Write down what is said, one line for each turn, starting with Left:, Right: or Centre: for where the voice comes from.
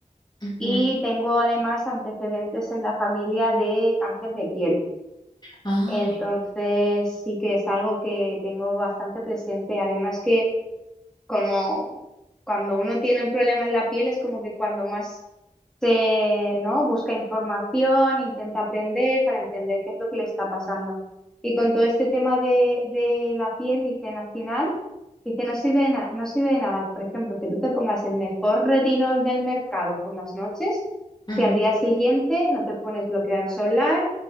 Left: Ujú.
Centre: y tengo además antecedentes en la familia de cáncer de piel.
Left: Ay.
Centre: Entonces sí que es algo que tengo bastante presente. Además que como cuando uno tiene un problema en la piel es como que cuando más se, ¿no? Busca información, intenta aprender para entender qué es lo que le está pasando. Y con todo este tema de, de la piel, dicen al final, dice, no sirve de na- no sirve de nada, por ejemplo, que tú te pongas el mejor retinol del mercado por las noches,
Left: Ujú,
Centre: si al día Ujú. siguiente no te pones bloqueador solar,